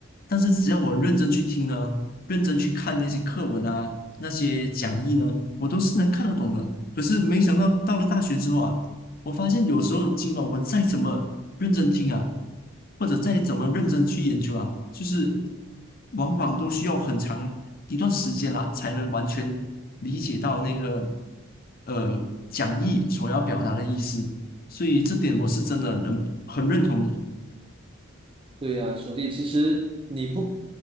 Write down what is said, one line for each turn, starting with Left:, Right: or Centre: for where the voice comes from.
Left: 但是只要我认真去听呢，认真去看那些课文啊，那些讲义呢，我都是能看得懂的。可是没想到到了大学之后啊。我发现有时候，尽管我再怎么认真听啊，或者再怎么认真去研究啊，就是往往都需要很长一段时间啦，才能完全理解到那个呃讲义所要表达的意思。所以这点我是真的能很认同你。
Right: 对呀，兄弟，其实你不